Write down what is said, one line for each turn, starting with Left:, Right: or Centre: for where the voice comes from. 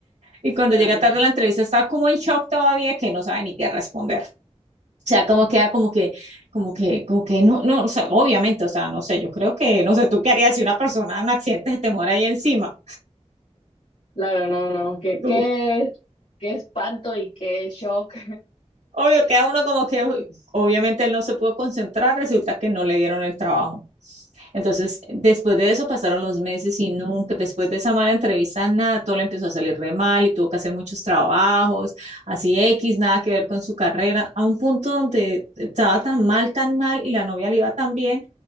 Right: Y cuando
Left: órale.
Right: llega tarde a la entrevista está como en shock todavía que no sabe ni qué responder. O sea, como queda como que, como que, como que no, no, o sea, obviamente, o sea, no sé, yo creo que, no sé, tú qué harías si una persona en un accidente se te muere ahí encima.
Left: Claro, no, no. Qué,
Right: Como,
Left: qué, qué espanto y qué shock.
Right: Obvio, queda uno como que uy, obviamente él no se pudo concentrar, resulta que no le dieron el trabajo. Entonces, después de eso pasaron los meses y nunca, después de esa mala entrevista, nada, todo le empezó a salir re mal y tuvo que hacer muchos trabajos, así X, nada que ver con su carrera, a un punto donde estaba tan mal, tan mal y la novia le iba tan bien,